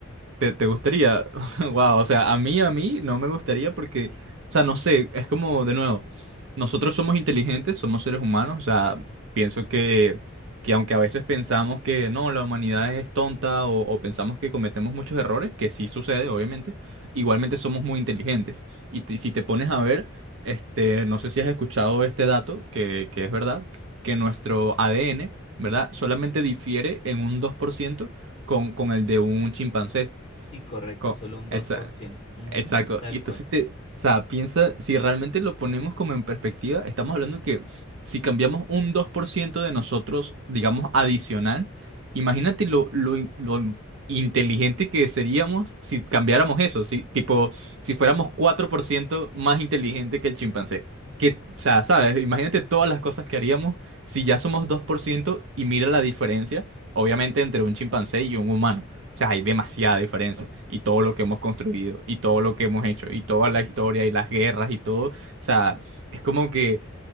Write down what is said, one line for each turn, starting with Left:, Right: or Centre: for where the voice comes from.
Right: ¿Te, te gustaría? <laughs> Wow, o sea, a mí, a mí no me gustaría porque, o sea, no sé, es como, de nuevo, nosotros somos inteligentes, somos seres humanos, o sea, pienso que, que aunque a veces pensamos que no, la humanidad es tonta o, o pensamos que cometemos muchos errores, que sí sucede, obviamente, igualmente somos muy inteligentes. Y te- si te pones a ver, este, no sé si has escuchado este dato, que, que es verdad, que nuestro ADN, ¿verdad? Solamente difiere en un 2% con, con el de un chimpancé.
Left: Sí, correcto,
Right: Co-
Left: solo un 2%.
Right: exa-
Left: Ujú,
Right: Exacto.
Left: tal
Right: Y entonces
Left: cual.
Right: te, o sea, piensa, si realmente lo ponemos como en perspectiva, estamos hablando que si cambiamos un 2% de nosotros, digamos, adicional, imagínate lo, lo, in- lo inteligente que seríamos si cambiáramos eso, si, tipo, si fuéramos 4% más inteligente que el chimpancé. Que, o sea, ¿sabes? Imagínate todas las cosas que haríamos si ya somos 2% y mira la diferencia, obviamente, entre un chimpancé y un humano. O sea, hay demasiada diferencia y todo lo que hemos construido y todo lo que hemos hecho y toda la historia y las guerras y todo. O sea, es como que,